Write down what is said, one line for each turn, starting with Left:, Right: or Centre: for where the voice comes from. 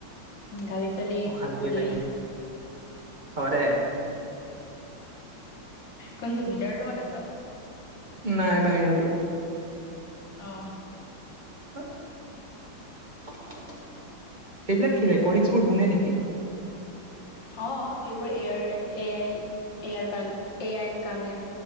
Left: গালি চলি
Right: অশান্তিয়ে
Left: নিদিবি
Right: লাগি হয় দে
Left: কোনটো ভিতৰৰ ৰুমত আছ?
Right: নাই বাহিৰতো।
Left: অ
Right: এইবিলাক কি ৰেকৰ্ডিংছ বোৰ শুনে নেকি?
Left: অ'এইবোৰ এয় এ আই এয়াৰ কাৰ, এ আইৰ কাৰণে।